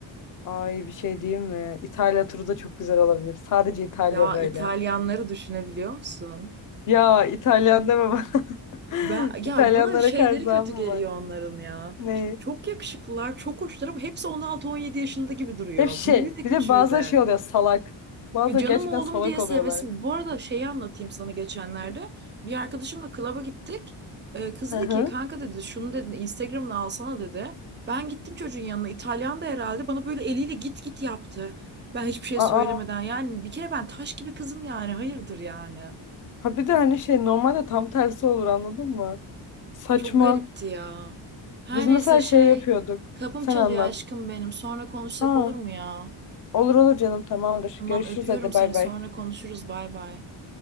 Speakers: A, on the left (about 40°); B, on the right (about 25°).
A: Ay bir şey diyeyim mi? İtalya turu da çok güzel olabilir. Sadece İtalya
B: Ya
A: böyle.
B: İtalyanları düşünebiliyor musun?
A: Ya İtalyan deme bana. <laughs>
B: Ben ya
A: İtalyanlara
B: bana şeyleri
A: karşı zaafım
B: kötü geliyor
A: var.
B: onların ya.
A: Ne?
B: Çok yakışıklılar, çok hoşlar ama hepsi 16-17 yaşında gibi duruyor.
A: Hep şey.
B: Büyüğü de
A: Bir
B: küçüğü
A: de bazıları
B: de.
A: şey oluyor salak. Bazıları
B: Ya canım
A: gerçekten
B: oğlum
A: salak
B: diye
A: oluyorlar.
B: sevesin. Bu arada şeyi anlatayım sana geçenlerde. Bir arkadaşımla klaba gittik. Ee, kız
A: Hı
B: dedi
A: hı.
B: ki kanka dedi şunu dedi Instagram'ını alsana dedi. Ben gittim çocuğun yanına. İtalyan da herhalde bana böyle eliyle git git yaptı. Ben hiçbir şey söylemeden
A: Aa.
B: yani bir kere ben taş gibi kızım yani hayırdır yani.
A: Ha bir de hani şey normalde tam tersi olur anladın mı? Saçma.
B: Çok garipti ya. Her
A: Biz mesela
B: neyse şey,
A: şey yapıyorduk.
B: kapım
A: Sen
B: çalıyor
A: anlat.
B: aşkım benim. Sonra konuşsak
A: Ha.
B: olur mu ya?
A: Olur olur canım tamamdır.
B: Tamam
A: Görüşürüz
B: öpüyorum
A: hadi
B: seni.
A: bay bay.
B: Sonra konuşuruz. Bay bay.